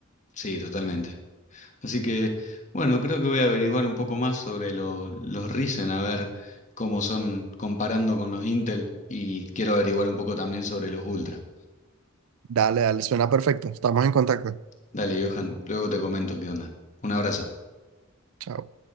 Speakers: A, on the left (about 35°); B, on the right (about 80°).
A: Sí, totalmente. Así que, bueno, creo que voy a averiguar un poco más sobre lo- los Ryzen, a ver cómo son comparando con los Intel y quiero averiguar un poco también sobre los Ultra.
B: Dale, dale, suena perfecto. Estamos en contacto.
A: Dale, Johan, luego te comento qué onda. Un abrazo.
B: Chao.